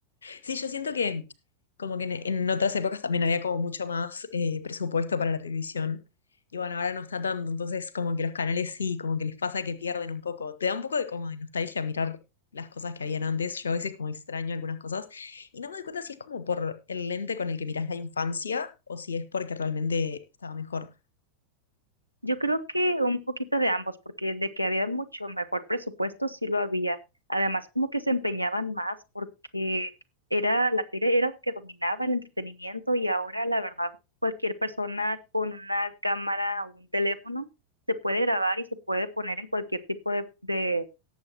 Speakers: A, on the left; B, on the right.
A: Sí, yo siento que como que en, en otras épocas también había como mucho más eh, presupuesto para la televisión. Y bueno, ahora no está tanto, entonces como que los canales sí, como que les pasa que pierden un poco. Te da un poco de como de nostalgia mirar las cosas que habían antes. Yo a veces como extraño algunas cosas. Y no me doy cuenta si es como por el lente con el que mirás la infancia o si es porque realmente estaba mejor.
B: Yo creo que un poquito de ambos, porque de que había mucho mejor presupuesto, sí lo había. Además, como que se empeñaban más porque era la tele, era lo que dominaba el entretenimiento y ahora, la verdad, cualquier persona con una cámara o un teléfono se puede grabar y se puede poner en cualquier tipo de, de,